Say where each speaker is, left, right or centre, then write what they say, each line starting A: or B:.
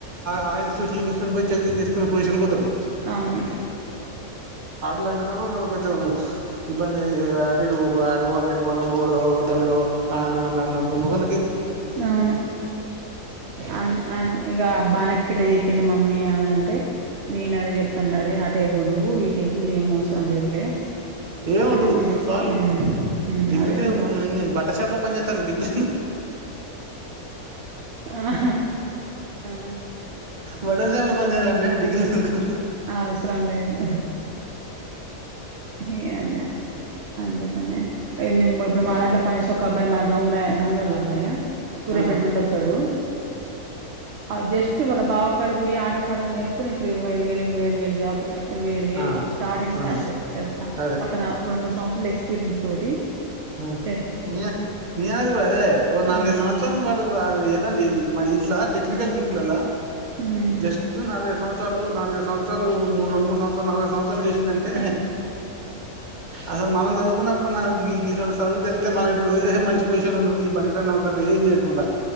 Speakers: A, on the right; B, on the right.
A: ఆ ఇస్టిట్యూ ఈ ఇస్టిట్యూట్యి చెకింగ్ చేసుకునే పొజిషన్ వస్తడు.
B: అవును
A: ఆటలు అంటే కొంచెం ఇబ్బంది, అటు ఇటు పోవాలని పోో వద్దదున్నో రండ మొగల కింది
B: అవును అ అ ఇగా బానక్కఇట చెప్పింది మమ్మీ అ అంటే నేన అదె చెప్తాను అడే అటే పో నువ్వు ఇటిం ఇలేం అవసరం లేదులే
A: ఎంవద్దు
B: అని నేను చె
A: చాలు
B: మ్మ్ మ్మ్
A: డిగ్రీలు
B: అదే
A: నేను బట్టర్ షాప్లో పనిచేస్తాను డిగ్రీ
B: ఆహా ఆ
A: బట్టల షాపులో పని చేయాలంటే డిగ్రీలు ఎందుకు
B: ఆ అవసరం లేదు ఏ అందా అందుకనే ఇప్పుడు మా దాంట్లో పనిచేసి ఒక అబ్బాయి మన గౌ గౌఉంలోల అబ్బాయా సూర్యపేట
A: ఆ
B: నుండి వస్తాడు, అ జస్ట్ వాళ్ళ బావకాడ పోయి ఆట పాటలు నేర్చ కొ ఇప్పు ఇరవై ఐదు వేలు ఇరవై ఏడువేలు జాబ్ ఇరవై ఏడు వేలు
A: ఆ
B: స్టార్టింగ్ శాలరీ
A: ఆ
B: తెలుసా
A: అదే
B: ఒక్క నా రెండు మూడు సంవత్సరాల ఎక్స్పీరియన్స్ తోటి
A: అ
B: చేస్తాడు
A: నేను అనేది కూడ అదే నాలుకైదు
B: ఉమ్
A: సంవత్సరం పాడు ఏద ఇట్లా టెక్నికల్ ఫీల్ అలా
B: ఉమ్
A: జస్ట్టు నాలుగు ఐదు సంవత్స సంవత్సలు నాలుఐదు సంవత్సరాలు మూడు రెండు మూడు సంవత్సరాలు నాలుఐదు సంవత్సరాలు చేసిినంటే,
B: నేను ఉమ్,
A: అసలు మనం చదువుకున్నప్పుడు మనకి ఈ చదువు తెళ్తే మనం ఇప్పుడు ఏం మంచి పొజిషన్ ఉందుము, ఈ పనికిరాని నౌకార్లు ఏం చేయకుండా,